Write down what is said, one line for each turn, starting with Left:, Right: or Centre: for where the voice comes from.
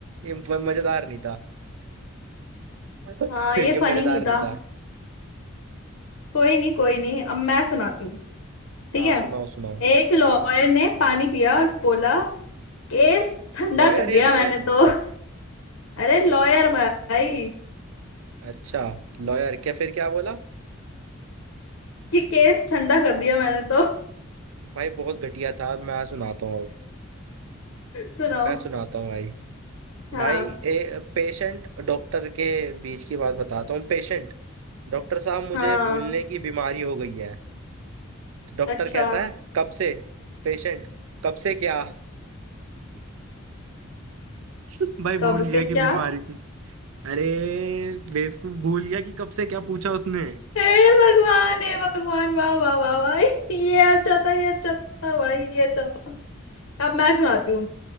Right: ये ब- मजेदार नहीं था <laughs>
Left: हाँ
Right: ये
Left: ये
Right: मजेदार
Left: फनी नहीं
Right: नहीं
Left: था
Right: था
Left: कोई नहीं कोई नहीं अब मैं सुनाती हूँ ठीक
Right: हाँ
Left: है
Right: सुनाओ सुनाओ
Left: एक लॉयर ने पानी पिया और बोला केस ठंडा
Right: लॉयर
Left: कर लिया
Right: या लॉयन
Left: मैंने तो <laughs> अरे लॉयर भाई
Right: अच्छा लॉयर क्या फिर क्या बोला
Left: कि केस ठंडा कर दिया मैंने तो <laughs>
Right: भाई बहुत घटिया था मैं सुनाता हूँ अब।
Left: सुनाओ
Right: मैं सुनाता हूँ भाई
Left: हाँ
Right: भाई ए पेशेंट डॉक्टर के बीच की बात बताता हूँ पेशेंट डॉक्टर साहब मुझे
Left: हाँ
Right: भूलने की बीमारी हो गई है तो डॉक्टर
Left: अच्छा
Right: कहता है कब से पेशेंट कब से क्या <laughs> भाई भूल
Left: कब
Right: गया
Left: से
Right: कि
Left: क्या
Right: बीमारी थी अरे बेवकूफ भूल गया कि कब से क्या पूछा उसने
Left: हे भगवान हे भगवान वाह वाह वाह वाह <laughs> ये अच्छा था ये अच्छा था भाई ये अच्छा था अब मैं सुनाती हूँ